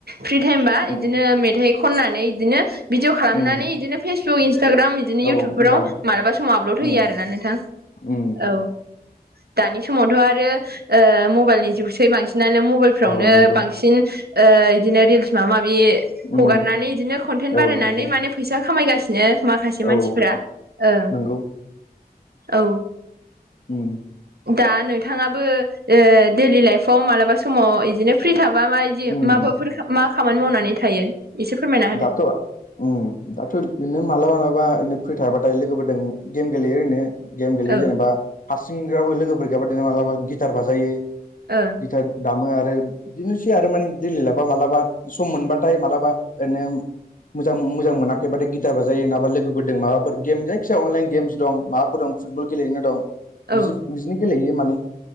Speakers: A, on the right (about 75°); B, on the left (about 55°).
A: फ्रि टाइमबा बिदिनो
B: उम
A: मेथाइ खननानै बिदिनो भिडिअ' खालामनानै
B: उम
A: बिदिनो फेसबुक इन्स्टाग्राम बिदिनो इउथुबफोराव
B: औ मोजां
A: मालाबा समाव आपलड होयो
B: उम
A: आरोना नोंथां औ।
B: उम
A: दानि समावथ' आरो ओ मबाइलनि जुगसै बांसिनानो मबाइलफ्रावनो
B: औ नंगौ
A: बिदिनो रिल्स माबा माबि
B: उम
A: हगारनानै बिदिनो कनटेन
B: औ
A: बारायनानै
B: नंगौ
A: माने फैसा खामायगासिनो माखासे
B: औ
A: मानसिफोरा ओं।
B: नंगौ
A: औ।
B: उम।
A: दा नोंथाङाबो दैइलि लाइफआव मालाबा समाव बिदिनो फ्रि थाबा माय बि
B: उम
A: माबाफोर मा खामानि मावनानै थायो इसे फोरमायना होदो
B: दाथ' अम दाथ' ओरैनो मालाबा मालाबा ओरैनो फ्रि थाबाथाय लोगोफोरजों गेम गेलेयो ओरैनो गेम गेलेयो
A: औ
B: जेनेबा हारसिंबाबो लोगोफोर गैयाबा जेना मालाबा गिटार बाजायो
A: ओ
B: गिटार दामो आरो बिदिनोसै आरो माने दै लाबा माबलाबा सम मोनबाथाय मालाबा ओरैनो मोजां मोजां मोनाखैबाथाय गिटार बा जायो नङाबा लोगोफोरजों माबाफोर गेम जायखिजाया अनलाइन गेमस दं माबाफोर दं फुटबल गेलेनो दं
A: औ
B: बि बिदिनो गेलेहैयो माने